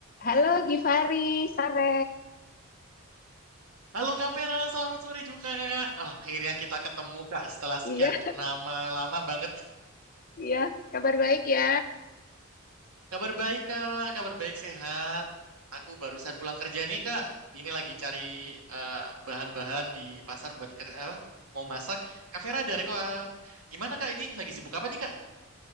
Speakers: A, on the left; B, on the right.
A: Halo Givari, sore.
B: Halo Kak Vera, selamat sore juga Kakak. Ah, akhirnya kita ketemu Kak setelah sekian
A: Iya,
B: purnama lama banget.
A: iya, kabar baik ya.
B: Kabar baik Kak, kabar baik sehat. Aku barusan pulang kerja nih Kak. Ini lagi cari eh, bahan-bahan di pasar buat ker apa, mau masak. Kak Vera ada reko ah, gimana Kak ini? Lagi sibuk apa nih Kak?